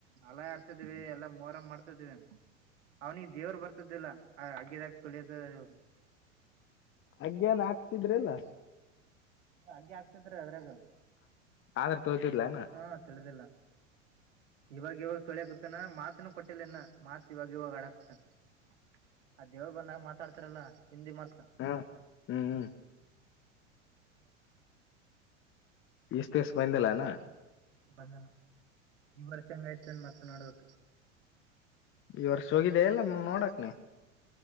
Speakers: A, on the right; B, on the left.
A: ಹಲ ಆಡ್ತಿದ್ವಿ ಎಲ್ಲಾ ಮೋರ ಮಾಡ್ತವಿ <inaudible> ಅವ್ನಿಗೆ ದೇವ್ರ ಬರ್ತದಿಲ್ಲ ಆ ಆಗ್ಯದಾಗ ತೊಳಿಯದದು
B: ಅಜ್ಯನ್ ಆಗ್ತಿದ್ರಲ್ಲ
A: ಹಗ್ಗೆ ಆಗ್ತಿದ್ರ ಅದ್ರಾಗ
B: ಆದ್ರ ತೋತಿದ್ಲನ
A: ಹಾ ತಿಳಿದಿಲ್ಲ ಇವಾಗ ಇವಾಗ ಸಳ್ಯಕತಾನ ಮಾತನು ಕೊಟ್ಟಿಲ್ಲ ಇನ್ನ ಮಾತ್ ಇವಾಗ ಇವಾಗ ಹಡಾಕತಾನ ಹ ಅದೇವಾಗ ಬಂದಾಗ ಮಾತಾಡ್ತಾರಲ್ಲ ಹಿಂದಿ ಮಾತವಾಗಾಗ
B: ಹ್ಮ್ ಹ್ಮ್ ಹ್ಮ್ ಈಸ್ಟ್ ದಿವಸ ಬಂದಿಲ್ಲಾನ
A: ಹ್ಮ್ಮ್. ಬಂದ ಈ ವರ್ಷ ಹೆಂಗಐ್ತ ಅನ್ ಮತ್ತೆ ನೋಡ್ಬೇಕು
B: ಈ ವರ್ಷ ಹೋಗಿದೆ ಎಲ್ಲ ನೋಡಕ್ ನೀ